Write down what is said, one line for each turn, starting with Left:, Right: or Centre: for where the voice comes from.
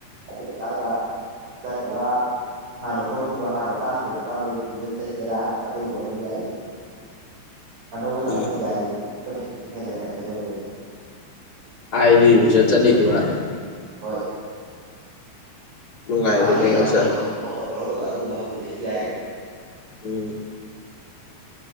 Right: ꯑꯗꯨꯒꯤ ꯃꯇꯥꯡꯗ ꯅꯠꯇ꯭ꯔꯒ ꯍꯥꯟꯅ ꯍꯣꯠꯈꯤꯕ ꯍꯥꯟꯅ ꯇꯥꯛꯈꯤꯕ ꯃꯇꯥꯡꯗ ꯔꯤꯚꯤꯖꯟ ꯆꯠꯀꯦꯔꯥ ꯑꯗꯨꯒꯨꯝꯕ ꯑꯗꯨꯝ ꯌꯥꯏ ꯑꯅꯧꯕ ꯇꯥꯛꯊꯕꯗꯤ
Left: ꯎꯝ
Right: ꯌꯥꯗꯦꯕ ꯐꯤꯐꯇꯤ ꯄꯥꯔꯁꯦꯟꯗꯒꯤ ꯍꯦꯟꯅ ꯑꯦꯕꯁꯦꯟ ꯑꯣꯏꯔꯒꯗꯤ
Left: ꯍꯥꯏꯔꯗꯤ ꯔꯤꯚꯤꯖꯟ ꯆꯠ ꯂꯩꯗꯨꯔꯥ
Right: <inaudible>
Left: ꯅꯨꯡꯉꯥꯏꯔꯦꯅꯦ
Right: ꯍꯥꯟꯅꯒꯤ ꯇꯥꯛꯈꯤꯕ
Left: ꯑꯣꯖꯥ
Right: ꯄꯣꯠꯇ ꯈꯪꯍꯧꯗꯕ ꯈꯪꯍꯧꯗꯕ ꯑꯗꯨꯒꯨꯝꯕ ꯍꯪꯒꯦꯁꯨ ꯌꯥꯏ
Left: ꯎꯝ